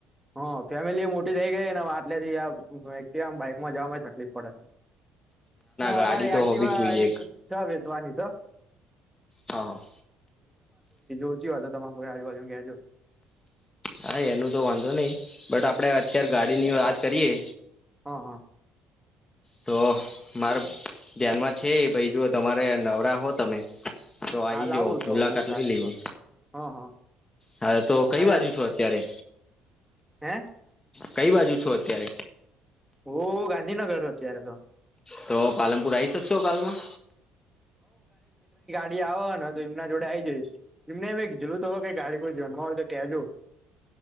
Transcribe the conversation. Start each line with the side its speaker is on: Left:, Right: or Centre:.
Centre: હા ફેમિલી એ મોટી થઈ ગઈ <unintelligible> એક્ટિવા બાઈકમાં જવામાં તકલીફ પડે ના
Left: ગાડી
Centre: અમારે
Left: તો
Centre: આ
Left: હોવી
Centre: કેવા
Left: જ જોઈએ
Centre: એક છ વેચવાની છે.
Left: હ હા
Centre: પૂચી વાત તમારે કોઈ આજુબજુ કહેજો
Left: હા એનું તો વાંધો નઈ બટ આપડે અત્ય્યારે ગાડીની વાત કરીએ.
Centre: હા હા
Left: તો મારે ધ્યાનમાં છે ભાઈ જો તમારે નવરા હો તમે તો આવી
Centre: કાલ
Left: જ
Centre: આવું તો
Left: મુલાકાત
Centre: હું ગાડી
Left: લઈ લઈએ
Centre: જોવા હા હા
Left: હા તો
Centre: અને
Left: કઈ બાજુ છો અત્યારે
Centre: હે
Left: કઈ બાજુ છો અત્યારે
Centre: ઓ ગાંધીનગર અત્યારે તો
Left: તો પાલનપુર આવી શકશો કાલમાં
Centre: આવ હોને તો એમના જોડે આઈ જઈશ એમને એમે જલ તો હો કે ઘરે કોઈ ધયાનમા હોય તો કેજો <inaudible>